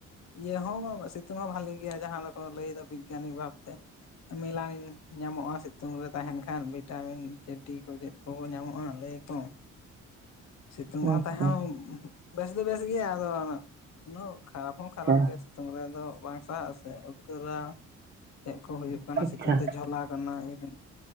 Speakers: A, on the left; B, on the right.
A: ᱤᱭᱟᱹ ᱦᱚᱸ ᱥᱤᱛᱩᱝ ᱦᱚᱸ ᱵᱷᱟᱞᱤ ᱜᱮᱭᱟ ᱡᱟᱦᱟᱸ ᱫᱚᱠᱚ ᱞᱟᱹᱭᱫᱟ ᱵᱤᱜᱽᱜᱮᱱᱤᱠ ᱵᱷᱟᱵᱛᱮ ᱢᱮᱞᱟ ᱧᱟᱢᱚᱜᱼᱟ ᱥᱤᱛᱩᱝ ᱨᱮ ᱛᱟᱦᱮᱱ ᱠᱷᱟᱱ ᱵᱷᱤᱴᱟᱢᱤᱱ ᱰᱤ ᱠᱚ ᱪᱮᱫ ᱠᱚ ᱧᱟᱢᱚᱜᱼᱟ ᱞᱟᱹᱭ ᱟᱠᱚ ᱥᱤᱛᱩᱝ ᱢᱟ
B: ᱟᱪᱪᱷᱟ
A: ᱛᱟᱦᱮ ᱵᱮᱥ ᱫᱚ ᱵᱮᱥ ᱜᱮᱭᱟ ᱟᱫᱚ ᱩᱱᱟᱹᱜ ᱠᱷᱟᱨᱟᱯ ᱦᱚᱸ ᱠᱷᱟᱨᱟᱯ
B: ᱟᱪᱪᱷᱟ
A: ᱜᱮᱭᱟ ᱥᱤᱛᱩᱝ ᱨᱮ ᱫᱚ ᱵᱟᱝ ᱥᱟᱦᱟᱜ ᱟᱥᱮ ᱟᱹᱨᱟ ᱪᱮᱫ ᱠᱚ ᱦᱩᱭᱩᱜ ᱠᱟᱱᱟ
B: ᱟᱪᱪᱷᱟ
A: ᱥᱤᱛᱩᱝ ᱛᱮ ᱡᱷᱚᱞᱟ ᱠᱟᱱᱟ ᱤᱭᱟᱹ ᱦᱮᱸ